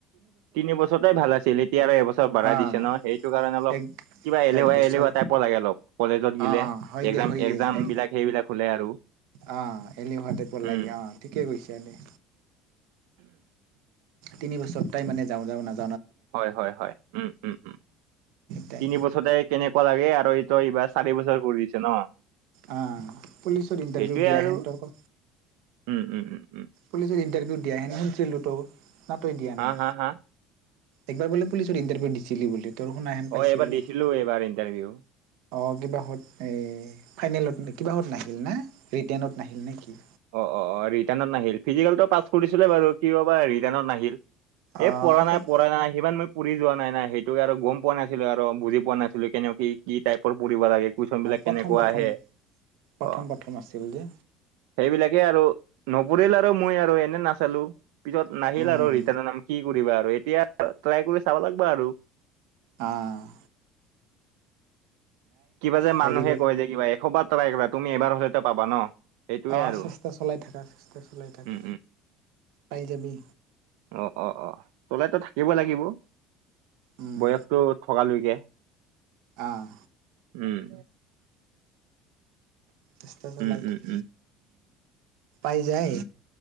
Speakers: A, on the right (about 80°); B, on the right (about 75°).
A: তিনি বছৰতে ভাল আছিল এতিয়া আৰু এবছৰ বঢ়াই
B: অ',
A: দিছে ন সেইটো কাৰণে অলপ
B: এক
A: কিবা এলেহুৱা
B: এক বছৰ
A: এলেহুৱা টাইপৰ লাগে অলপ কলেজত গিলে
B: অ', অ', হয় দে
A: একজাম
B: হয়
A: একজাম
B: দে, এক
A: বিলাক সেইবিলাক হ'লে আৰু
B: অ এলেহুৱা টাইপৰ
A: উম
B: লাগে অঁ ঠিকে কৈছেনে তিনি বছৰ তাই মে যাওঁ যাওঁ নাযো
A: হয়, হয়, হয় উম, উম, উম
B: তাই
A: তিনি বছৰতে কেনেকুৱা লাগে আৰু তই এইবাৰ চাৰি বছৰ কৰি দিছে ন।
B: আহ পুলিচত ইণ্টাৰভিউ
A: সেইটোয়ে
B: দিয়াহেনতৰক
A: আৰু উম উম উম উম
B: পুলিচত ইণ্টাৰভিউ দিয়াাহেন শুনছিলোঁতো নাটৈ দিয়া
A: হা
B: নাই।
A: হা হা
B: একবাৰ বোলে পুলিচৰ ইণ্টাৰভিউ দিছিলি বোলে তই শুনা হেন
A: অ
B: পাইছিলো।
A: এইবাৰ দিছিলো
B: অ',
A: এইবাৰ ইণ্টাৰভিউ
B: কিবা হত এই ফাইনেলত নে কিবাত নাহিল না ৰিটেনত নাহিল নে কি?
A: অ অ অ ৰিটানত নাহিল ফিজিকেলটো পাছ কৰিছিলে বাৰু কিয় বা ৰিটানত নাহিল।
B: অ
A: এ পৰানাই-পৰানাই
B: কাট অফ
A: সিমান মই পঢ়ি কোৱা নাই না সেইটো আৰু গম পোৱা নাছিলো আৰু বুজি পোৱা নাছিলো কেনে কি-কি টাইপ। পৰ পঢ়িব লাগে কুইচনবিলাক কেনেকুৱা
B: প্ৰথম প্ৰথম
A: আহে
B: প্ৰথম
A: অ,
B: প্ৰথম আছিল যে
A: সে তাকে আৰু নপৰিল আৰু মই আৰু এনে নাচালো পিছত নাহিল
B: উম
A: আৰু ৰিটেনত নাম কি কৰিবা। এতিয়া ট্ৰাই কৰি চাব লাগব আৰু।
B: আ',
A: কিবা যে
B: হেৰি
A: মানুহে
B: কৰি
A: কয় যে কিবা এশবাৰ ট্ৰাইকৰা কিবা তুমি এবাৰ হলেতো পাবা ন। সেইটোয়ে
B: অ',
A: আৰু
B: চেষ্টা চলাই থাকা, চেষ্টা চলাই থাকা
A: উম
B: পাই যাবি।
A: অ'-অ'-অ', চলাইটো থাকিব লাগিব
B: উম
A: বয়সতটো থকালৈকে।
B: আহ
A: উম,
B: চেষ্টা চলাই
A: উম উম
B: থাক
A: উম
B: পাই যায়।